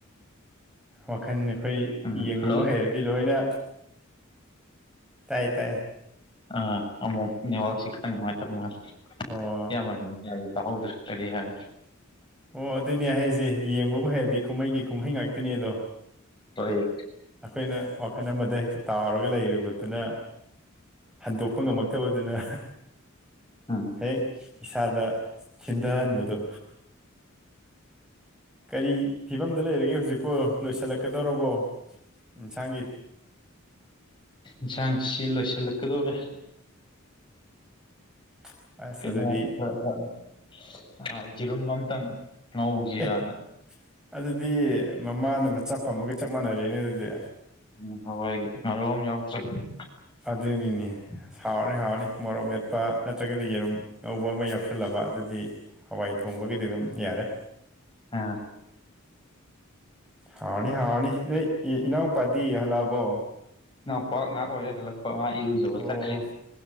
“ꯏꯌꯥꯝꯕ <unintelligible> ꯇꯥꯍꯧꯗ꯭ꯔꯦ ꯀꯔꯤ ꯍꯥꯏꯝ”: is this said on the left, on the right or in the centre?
Left